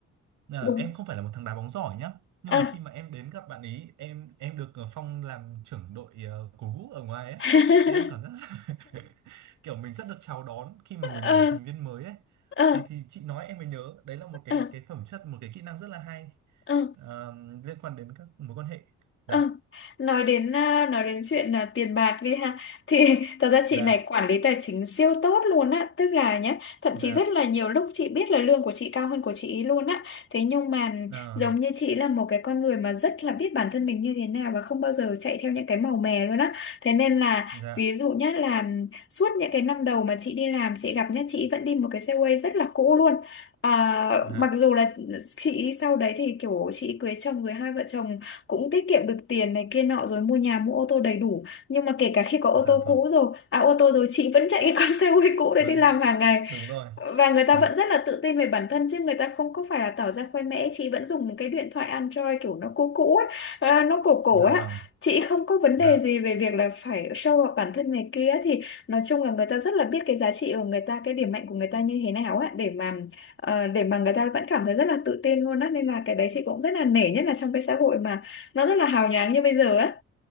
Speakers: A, on the right (about 85°); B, on the left (about 40°).
A: là
B: Đúng
A: em không phải là một thằng đá bóng giỏi nhá nhưng
B: ờ
A: mà khi mà em đến gặp bạn ý em em được ờ, Phong làm trưởng đội ờ, cổ vũ ở ngoài ấy
B: <laughs>
A: thì em cảm giác là <laughs> kiểu mình rất được chào đón khi mà mình
B: ờ
A: là một thành viên mới ấy
B: ờ
A: thì thì chị nói em mới nhớ đấy là một cái
B: ờ
A: cái phẩm chất một cái kỹ năng rất là hay
B: ờ
A: ờ, liên quan đến các mối quan hệ dạ
B: Ờ, nói đến à, nói đến chuyện là tiền bạc đi ha thì <laughs> thật ra chị
A: dạ
B: này quản lý tài chính siêu tốt luôn á tức là nhá thậm
A: dạ
B: chí rất là nhiều lúc chị biết là lương của chị cao hơn của chị ấy luôn á thế nhưng mà
A: Ờ,
B: giống như chị là một cái con người mà rất là biết bản thân mình như thế nào và không bao giờ chạy theo những cái màu mè luôn á thế nên là
A: dạ
B: ví dụ nhá là suốt những cái năm đầu mà chị đi làm chị gặp nhá chị vẫn đi một cái xe quay rất là cũ luôn À,
A: dạ
B: mặc dù là chị sau đấy thì kiểu chị cưới chồng người hai vợ chồng cũng tiết kiệm được tiền này kia nọ rồi mua nhà mua ô tô đầy đủ nhưng mà kể cả khi có ô
A: dạ
B: tô
A: vâng
B: cũ rồi à ô tô rồi chị vẫn chạy cái con <laughs> xe hơi cũ đấy
A: vâng
B: đi làm hàng ngày
A: đúng rồi
B: và người ta
A: dạ
B: vẫn rất là tự tin về bản thân chứ người ta không có phải là tỏ ra khoe mẽ chị vẫn dùng một cái điện thoại Android kiểu nó cũ cũ ấy, à, nó cổ cổ
A: dạ
B: á
A: vâng
B: chị không có vấn
A: dạ
B: đề gì về việc là phải show off bản thân này kia thì nói chung là người ta rất là biết cái giá trị của người ta cái điểm mạnh của người ta như thế nào á để mà ờ, để mà người ta vẫn cảm thấy rất là tự tin luôn á nên là cái đấy chị cũng rất là nể nhất là trong cái xã hội mà nó rất là hào nhoáng như bây giờ á